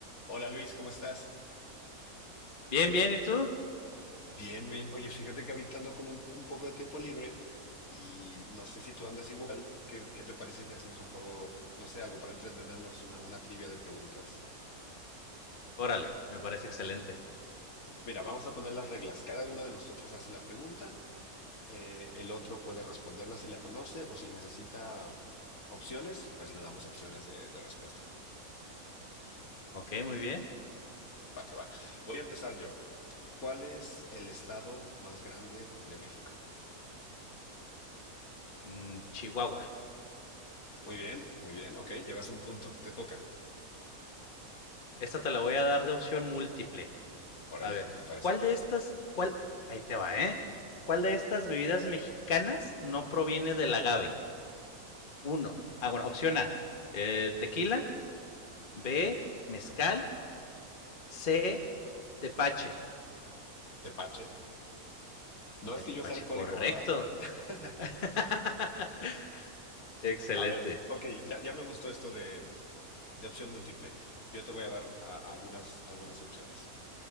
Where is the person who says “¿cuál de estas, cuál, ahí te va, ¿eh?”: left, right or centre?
Left